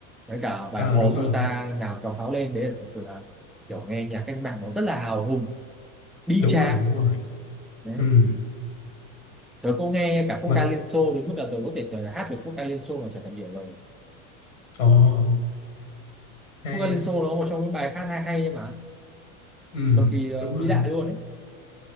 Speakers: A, in the centre; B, on the left.
A: với cả bài
B: ờ
A: hò
B: đúng
A: dô
B: rồi
A: ta nào tàu pháo lên đấy là thật sự là kiểu nghe nhạc cách mạng nó rất là hào hùng bi
B: đúng
A: tráng
B: rồi đúng rồi
A: đấy
B: Ừm,
A: tớ cũng nghe cả quốc
B: mà
A: ca Liên Xô đến mức là tớ có thể tớ hát được quốc ca Liên Xô mà chẳng cần hiểu lời
B: ồ hay
A: quốc ca Liên Xô nó là một trong những bài hát hay hay mà
B: Ừm,
A: cực kỳ ờ,
B: đúng rồi
A: vĩ đại luôn ấy